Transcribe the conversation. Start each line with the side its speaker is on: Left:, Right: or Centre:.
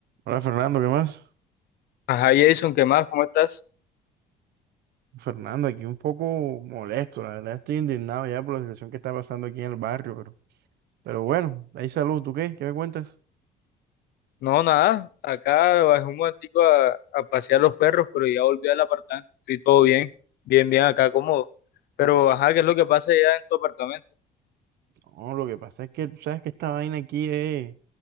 Right: Hola Fernando, ¿qué más?
Left: Ajá, Jason, ¿qué más? ¿Cómo estás?
Right: Fernando, aquí un poco molesto, la verdad estoy indignado ya por la situación que está pasando aquí en el barrio, pero, pero bueno, ahí salud, ¿tú qué? ¿Qué me cuentas?
Left: No, nada. Acá bajé un momentico a, a pasear los perros, pero ya volví al apartamento. Estoy todo bien, bien, bien acá, cómodo. Pero, ajá, ¿qué es lo que pasa ya en tu apartamento?
Right: No, lo que pasa es que tú sabes que esta vaina aquí es,